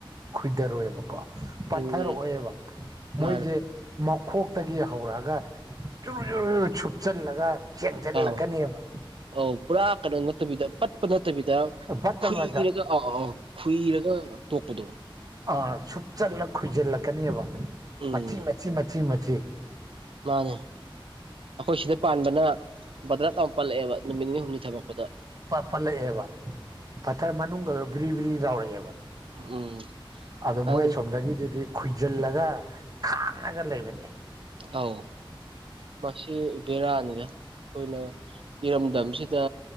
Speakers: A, on the right (about 40°); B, on the right (about 75°).
A: ꯈꯣꯏꯊꯔꯣꯏꯕꯀꯣ ꯄꯠꯊꯔꯛꯑꯣꯕ
B: ꯎꯝ ꯎꯝ
A: ꯃꯣꯏꯁꯦ
B: ꯃꯥꯅꯦ
A: ꯃꯈꯣꯛꯇꯒꯤ ꯍꯧꯔꯛꯑꯒ ꯆꯨꯔꯨ ꯆꯨꯔꯨꯔ ꯁꯨꯞꯆꯜꯂꯒ ꯆꯦꯟꯁꯤꯜꯂꯛꯀꯅꯦꯕ
B: ꯑꯥꯎ ꯑꯥꯎ ꯄꯨꯔꯥ ꯀꯩꯅꯣ ꯅꯠꯇꯕꯤꯗ ꯄꯠꯄ ꯅ ꯐꯠꯇꯕꯤꯗ
A: ꯐꯠꯇꯕꯗ
B: ꯈꯨꯏꯔꯒ ꯑꯥꯎ ꯑꯥꯎ ꯈꯨꯏꯔꯒ ꯇꯣꯛꯄꯗꯣ
A: ꯑ ꯁꯨꯞꯆꯠꯂ ꯈꯣꯏꯁꯤꯜꯂꯛꯀꯅꯦꯕ
B: ꯎꯝ
A: ꯃꯆꯤ ꯃꯆꯤ ꯃꯆꯤ ꯃꯆꯤ
B: ꯃꯥꯅꯦ ꯑꯩꯈꯣꯏ ꯁꯤꯗ ꯄꯥꯟꯕꯅ ꯕꯗ꯭ꯔꯥ ꯇꯥꯎꯛ ꯄꯜꯂꯛꯑꯦꯕ ꯅꯨꯃꯤꯠ ꯅꯤꯅꯤ ꯍꯨꯝꯅꯤ ꯊꯃꯛꯄꯗ
A: ꯄꯠꯂꯛꯑꯦꯕ ꯄꯠꯊꯔ ꯃꯅꯨꯡꯗꯗꯣ ꯕ꯭ꯔꯤ ꯕ꯭ꯔꯤ ꯇꯎꯔꯛꯑꯦꯕ
B: ꯎꯝ
A: ꯑꯗ
B: ꯑꯗꯨ
A: ꯃꯣꯏ ꯁꯣꯝꯗꯒꯤꯗꯨꯗꯤ ꯖꯤꯜꯂꯒ ꯈꯥꯡꯉꯒ ꯂꯩꯕꯅꯦ
B: ꯑꯥꯎ ꯃꯁꯤꯁꯤ ꯕꯦꯔꯥꯅꯤꯅ ꯑꯩꯈꯣꯏꯅ ꯏꯔꯝꯗꯝꯁꯤꯗ